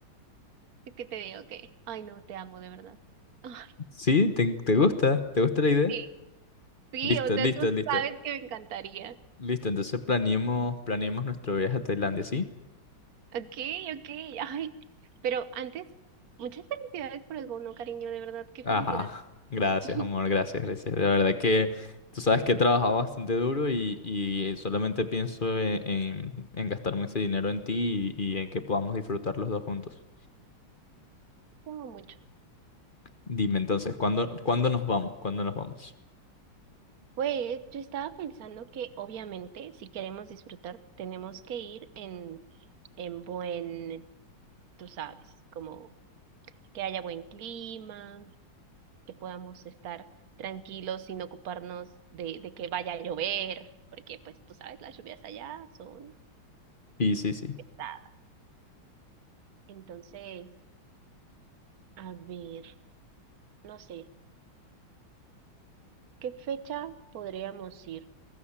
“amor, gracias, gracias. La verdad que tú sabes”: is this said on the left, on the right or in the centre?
Left